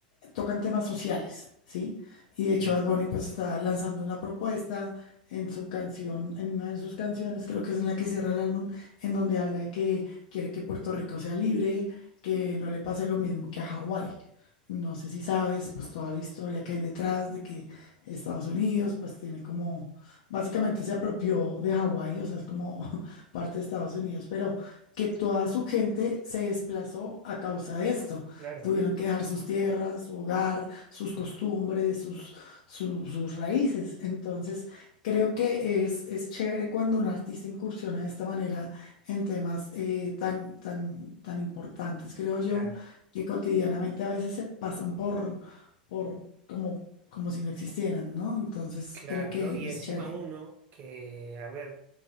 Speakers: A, on the left (about 55°); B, on the right (about 35°).
A: tocan temas sociales, ¿sí? Y de
B: Sí,
A: hecho Bad Bunny pues está lanzando una propuesta en su canción, en una de sus canciones, creo que es en la que cierra el álbum, en donde habla de que quiere que Puerto Rico sea libre, que no le pase lo mismo que a Hawái. No sé si sabes, pues toda la historia que hay detrás de que Estados Unidos, pues tiene como, básicamente se apropió de Hawái, o sea, es como <laughs> parte de Estados Unidos, pero que toda su gente se desplazó a causa de esto.
B: claro.
A: Tuvieron que dejar sus tierras, su hogar, sus costumbres, sus, su- sus raíces. Entonces, creo que es, es chévere cuando un artista incursiona de esta manera en temas eh, tan, tan, tan importantes, creo yo,
B: Claro.
A: que cotidianamente a veces se pasan por, por como, como si no existieran, ¿no? Entonces,
B: Claro,
A: creo que
B: ¿no? Y
A: es
B: encima
A: chévere.
B: uno que, a ver,